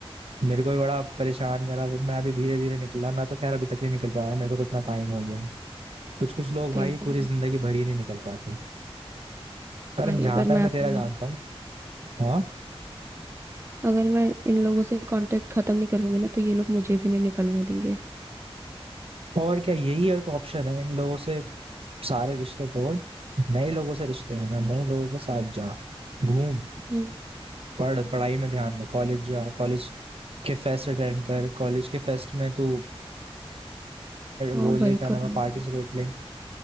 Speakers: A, on the right (about 70°); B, on the right (about 25°).
A: मेरे को भी बड़ा परेशान करा फिर मैं अभी धीरे धीरे निकला मैं तो खैर अभी तक नहीं निकल पाया मेरे को तो इतना टाइम हो गया है कुछ कुछ लोग
B: तेरे
A: भाई
B: को
A: पूरी
B: भी
A: जिंदगी भर ही नहीं निकल पाते पर
B: भाई
A: जहां
B: अगर
A: तक
B: मैं
A: मैं
B: अपना
A: तेरा जानता हूँ हाँ
B: अगर मैं इन लोगों से कांटेक्ट खत्म नहीं करूंगी ना तो ये लोग मुझे भी नहीं निकलने देंगे
A: और क्या यही एक ऑप्शन है इन लोगों से सारे रिश्ते तोड़ नए लोगों से रिश्ते हैं नए लोगों के साथ जा घूम
B: हम्म
A: पढ़ पढ़ाई में ध्यान दे कॉलेज जा कॉलेज के फेस्ट अटेंड कर कॉलेज के फेस्ट में तू
B: हाँ
A: वो ले
B: भाई
A: क्या
B: करूंगी
A: नाम है पार्टिसिपेट ले